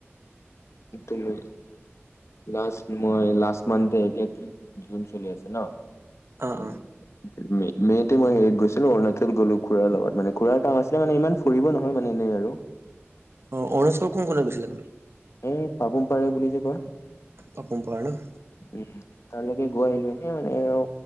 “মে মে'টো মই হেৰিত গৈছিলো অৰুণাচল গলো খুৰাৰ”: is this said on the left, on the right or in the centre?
Left